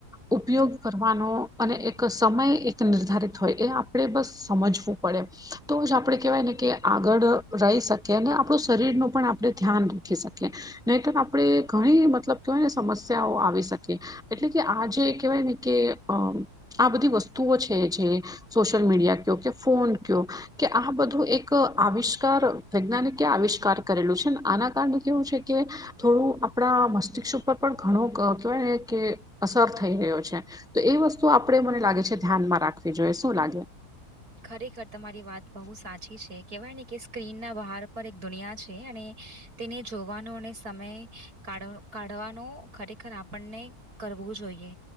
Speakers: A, in the centre; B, on the right.
A: ઉપયોગ કરવાનો અને એક સમય એક નિર્ધારિત હોય એ. આપણે બસ સમજવું પડે. તો જ આપણે કહેવાય ને કે આગળ રહી શકીએ અને આપણું શરીર ન પણ આપણે ધ્યાન રાખી શકીએ. નહીટ આપણે ઘણી મતલબ કેવાય ને સમસ્યાઓ આવી શકી. એટલે કે આ જે કેહેવાય ને કે અ આ બધી વસ્તુઓ છે જે સોશલ મીડિયા ક કે ફોન ક. કે આ બધું એક આવિષ્કાર વૈજ્ઞાનિકે આવિષ્કાર કરેલું છે ને આના કારણે કેવું છે કે. થોડું આપણા મસ્તિષ્ક ઉપર પણ ઘણું કેવાય ને કે અસર થઈ રહ્યો છે. તો એ વસ્તુ આપણેે મને લાગે છે ધ્યાનમાં રાખવી જોઈએ શું લાગે.
B: ખરેખર તમારી વાત બહુ સાચી છે કેહેવાય ને કે સ્ક્રીન ના બહાર પર એક દુનિયા છે અને તેને જોવાનો અને સમય કા કાઢવાનો ખરેખર આપણને. કરવું જોઈએ